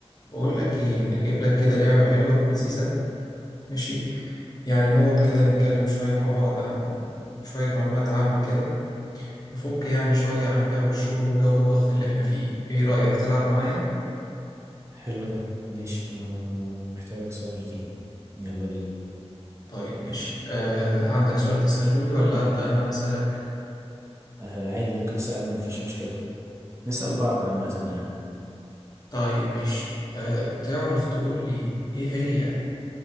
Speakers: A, on the left (about 35°); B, on the right (about 25°).
A: بقول لك ايه انا جايب لك كده لعبة حلوة ولذيذة ماشي يعني نقعد كده نتكلم شوية مع بعض عن شوية معلومات عامة كده نفك يعني شوية عن جو الشغل وجو الضغط اللي احنا فيه ايه رأيك تلعب معايا
B: حلو ده ماشي أنا محتاجك سؤالتين يلا بينا
A: طيب ماشي آه عندك سؤال تسأله لي ولا أبدأ انا أسألك
B: آه عادي ممكن تسألني مفيش مشكلة نسأل بعض عامة يعني
A: طيب ماشي آه تعرف تقول لي ايه هي